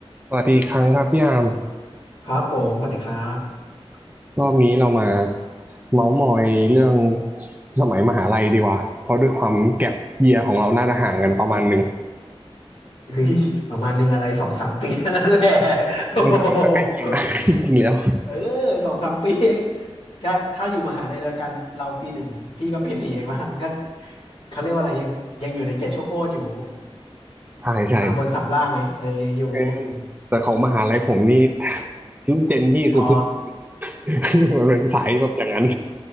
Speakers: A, on the right; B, on the left.
A: สวัสดีอีกครั้งครับพี่อาม
B: ครับผมสวัสดีครับ <laughs>
A: รอบนี้เรามาเมาส์มอยเรื่องสมัยมหาลัยดีกว่าเพราะด้วยความแก็ปเยียร์ของเราน่าจะห่างกันประมาณหนึ่ง
B: เฮ้ยประมาณหนึ่งอะไรสองสามปีนั่นแหละ <laughs> โอ้โห
A: เออแต่มันก็ใกล้เคียงนะ <laughs> จริงๆแล้ว
B: เออสองสามปีเองถ้าถ้าอยู่มหาลัยเดียวกันเราปีหนึ่งพี่ก็ปีสี่เองว่ามันก็เขาเรียกว่าอะไรยังยังอยู่ในเจ็ดชั่วโคตรอยู่
A: ใช่ใช่
B: <laughs> สามบนสามล่างไงเออยังอยู่
A: เออแต่ของมหาลัยผมนี่ <laughs> รุ่นเจนพี่คือพึ่ง
B: <laughs> อ๋อ
A: <laughs> มันเป็นสายแบบอย่างนั้น